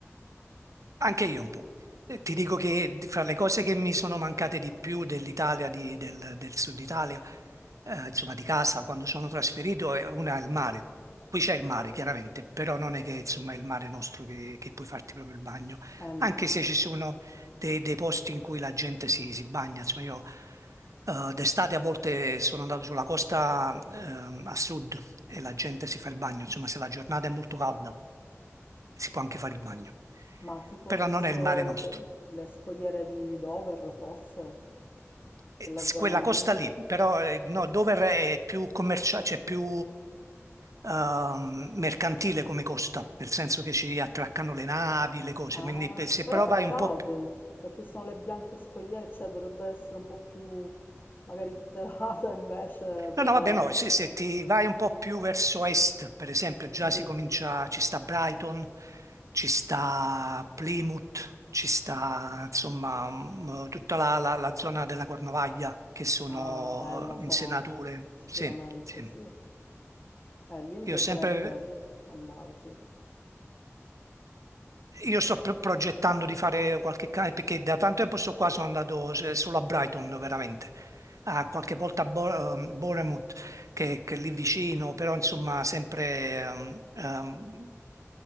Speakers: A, on the right; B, on the left.
A: Anche io un po'. Eh, Ti dico che di- fra le cose che mi sono mancate di più dell'Italia, di- del, del sud Italia, eh, insomma, di casa quando sono trasferito, e una è il mare. Qui c'è il mare, chiaramente, però non è che insomma, è il mare nostro che, che puoi farti proprio il bagno,
B: Eh no,
A: anche se ci sono dei, dei posti in cui la gente si, si bagna. Insomma, io eh, d'estate a volte sono andato sulla costa ehm, a sud e la gente si fa il bagno. Insomma, se la giornata è molto calda, si può anche fare il bagno,
B: ma tipo
A: però
B: verso
A: non è il mare
B: le,
A: nostro.
B: co- le scogliere di Dover, forse,
A: Eh,
B: quella
A: s-
B: zona
A: Quella
B: lì.
A: costa lì, però eh, no, Dover è più commerciale, cioè più ehm, mercantile come costa, nel senso che ci attraccano le navi, le cose,
B: Ah,
A: quindi pe- se
B: però
A: però
B: peccato,
A: vai un po' più...
B: perché ci sono le bianche scoiere, cioè dovrebbe essere un po' più magari tutelata <laughs> invece per...
A: No, no, vabbè, no, se, se ti vai un po' più verso est, per esempio, già
B: Mm,
A: si comincia, ci sta Brighton, ci sta Plymouth, ci sta, insomma, mm, tutta la, la- la zona della Cornovaglia, che sono
B: Ah, bella
A: eh,
B: sarà,
A: insenature,
B: sicuramente
A: sì, sì.
B: sì. Eh, lì mi piacerebbe
A: Io ho sempre
B: andare, sì.
A: Io sto pro- progettando di fare qualche cane perché da tanto tempo sto qua, sono andato se- solo a Brighton veramente, Ah, qualche volta a Bo- ehm, Bournemouth che, che è lì vicino, però insomma sempre ehm, ehm,